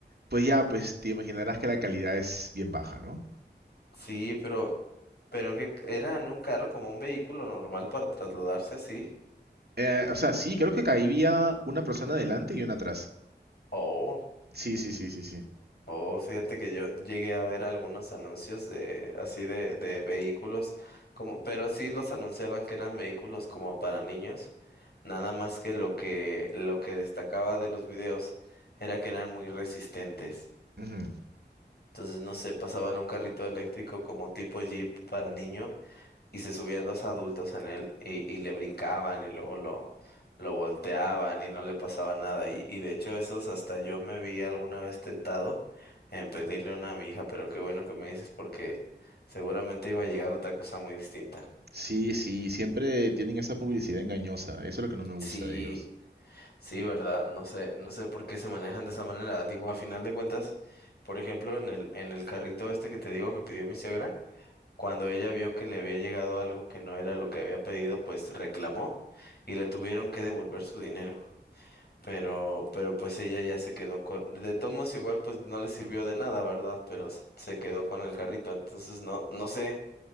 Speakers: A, on the right (about 65°); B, on the left (about 65°).
A: pues ya, pues te imaginarás que la calidad es bien baja, ¿no?
B: Sí, pero, pero que c- era en un carro como un vehículo normal para trasladarse así.
A: Eh, o sea, sí, creo que caía una persona adelante y una atrás.
B: Oh.
A: Sí, sí, sí, sí, sí.
B: Oh, fíjate que yo llegué a ver algunos anuncios de así de, de vehículos, como, pero sí los anunciaban que eran vehículos como para niños, nada más que lo que lo que destacaba de los videos era que eran muy resistentes.
A: Ujú.
B: Entonces, no sé, pasaban un carrito eléctrico como tipo Jeep para niños y se subían dos adultos en él y, y le brincaban y luego lo, lo volteaban y no le pasaba nada. Y, y de hecho esos hasta yo me vi alguna vez tentado en pedirle una a mi hija, pero qué bueno que me dices porque seguramente iba a llegar otra cosa muy distinta.
A: Sí, sí, siempre tienen esa publicidad engañosa. Eso es lo que no me gusta
B: Sí,
A: de ellos.
B: sí, verdad, no sé, no sé por qué se manejan de esa manera. Digo, a final de cuentas, por ejemplo, en el, en el carrito este que te digo que pidió mi suegra, Cuando ella vio que le había llegado algo que no era lo que había pedido, pues reclamó y le tuvieron que devolver su dinero. Pero, pero pues ella ya se quedó con, de todos modos igual pues no le sirvió de nada, ¿verdad? Pero se se quedó con el carrito. Entonces no, no sé,